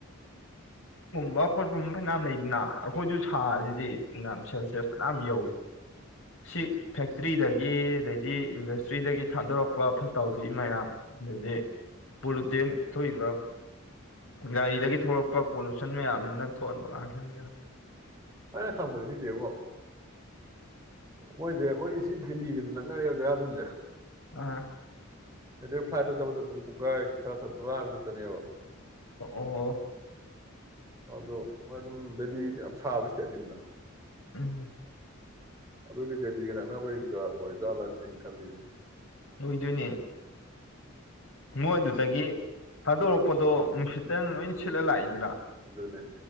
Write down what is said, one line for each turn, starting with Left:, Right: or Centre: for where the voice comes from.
Left: ꯕ ꯈꯣꯠꯄꯨꯝꯕ ꯐꯅꯌꯥꯝ ꯂꯩꯗꯅ ꯑꯩꯈꯣꯏꯁꯨ ꯁꯥꯁꯤꯗꯤ ꯁꯦꯜꯁꯤꯌꯁ ꯀꯅꯝ ꯌꯧꯔꯤ ꯁꯤ ꯐꯦꯛꯇ꯭ꯔꯤꯗꯒꯤ ꯑꯗꯩꯗꯤ ꯏꯟꯗꯁꯇ꯭ꯔꯤꯗꯒꯤ ꯊꯥꯗꯣꯔꯛꯄ ꯐꯠꯇꯥꯎꯗꯤ ꯃꯌꯥꯝ ꯑꯗꯩꯗꯤ ꯄꯨꯇꯦꯅ ꯊꯣꯛꯂ ꯒꯥꯔꯤꯗꯒꯤ ꯊꯂꯛꯄ ꯄꯣꯂꯨꯁꯟ ꯃꯌꯥꯝꯗꯨꯅ ꯊꯣꯛꯍꯟꯕ ꯉꯥꯛꯁꯤꯅꯤꯅ
Right: ꯑꯅ ꯈꯝꯕꯜꯁꯤꯗꯦꯕꯣ ꯃꯣꯏꯁꯦ ꯑꯩꯈꯣꯏꯒꯤ ꯁꯤ ꯗꯤꯜꯂꯤꯒꯁꯨ ꯅꯛꯅꯔꯦꯕ ꯖꯦꯔꯥꯗꯨꯟꯁꯦ
Left: ꯑ
Right: ꯑꯗꯨꯗꯤ ꯐ꯭ꯂꯥꯏꯠꯇ ꯆꯠꯄꯗꯣ ꯑꯗꯨꯝ ꯥꯏ ꯈꯔ ꯈ ꯑꯃ ꯈꯛꯇꯅꯦꯕ
Left: ꯑꯣ
Right: ꯑꯗꯣ ꯃꯣꯏ ꯑꯗꯨꯝ ꯗꯦꯜꯂꯤꯁꯦ ꯌꯥꯝ ꯁꯥꯕ ꯏꯁꯇꯦꯠꯅꯤꯗꯅ
Left: ꯎꯝ
Right: ꯑꯗꯨꯒꯤ ꯗꯦꯜꯂꯤꯒ ꯅꯛꯅꯕꯒꯤꯒ ꯑꯣꯏꯔꯖꯥꯠꯂꯁꯤꯅꯦ ꯑꯩ ꯈꯜꯂꯤꯁꯦ
Left: ꯑꯣꯏꯗꯨꯣꯏꯅꯦ ꯃꯣꯏ ꯑꯗꯨꯗꯒꯤ ꯊꯥꯗꯣꯔꯛꯄꯗꯣ ꯅꯨꯡꯁꯤꯠꯇꯅ ꯂꯣꯏ ꯁꯤꯠꯂ ꯂꯥꯛꯏꯗꯅ
Right: ꯑꯗꯨꯅꯦ